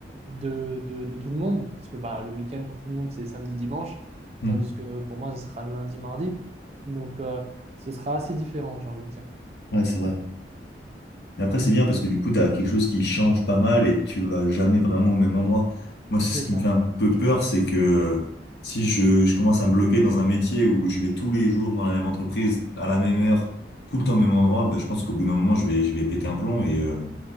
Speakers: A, on the right (about 35°); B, on the left (about 65°).
A: de, de- de tout le monde parce que bah, le week-end pour tout le monde, c'est samedi, dimanche,
B: Mhm.
A: tandis que pour moi, ce sera lundi, mardi. Donc, euh, ce sera assez différent, j'ai envie de dire.
B: Ouais, c'est vrai. Mais après, c'est bien parce que du coup, tu as quelque chose qui change pas mal et tu vas jamais vraiment au même endroit. Moi, c'est
A: C'est
B: ce qui
A: ça.
B: me fait un peu peur, c'est que euh, si je, je commence à me bloquer dans un métier où je vais tous les jours dans la même entreprise, à la même heure, tout le temps au même endroit, bah, je pense qu'au bout d'un moment, je vais, je vais péter un plomb. Et euh,